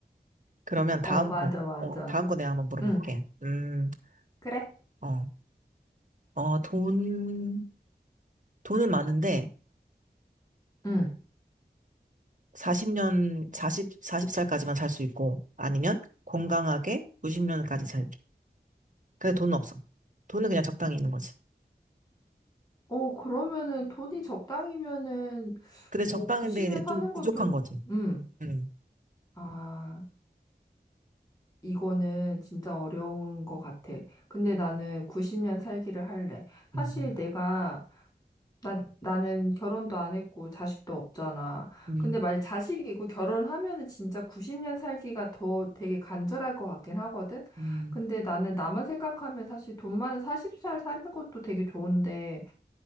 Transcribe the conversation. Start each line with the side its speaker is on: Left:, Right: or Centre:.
Right: 그러면
Left: 어,
Right: 다음
Left: 맞아,
Right: 거,
Left: 맞아.
Right: 어, 다음 거 내가 한번 물어볼게.
Left: 응,
Right: 음,
Left: 그래.
Right: 어, 어, 돈, 돈은 많은데,
Left: 응.
Right: 40년, 40, 40살까지만 살 수 있고, 아니면 건강하게 90년까지 살게 근데 돈은 없어. 돈은 그냥 적당히 있는 거지.
Left: 어, 그러면은 돈이 적당이면은
Right: 근데
Left: 뭐
Right: 적당인데
Left: 90년
Right: 이제
Left: 사는
Right: 좀
Left: 것도,
Right: 부족한 거지.
Left: 응.
Right: 음,
Left: 아. 이거는 진짜 어려운 것 같아. 근데 나는 90년 살기를 할래. 사실
Right: 음,
Left: 내가, 나, 나는 결혼도 안 했고 자식도 없잖아.
Right: 음,
Left: 근데 만약 자식이 있고 결혼하면은 진짜 90년 살기가 더 되게 간절할 것 같긴 하거든?
Right: 음.
Left: 근데 나는 나만 생각하면 사실 돈 많은 40살 사는 것도 되게 좋은데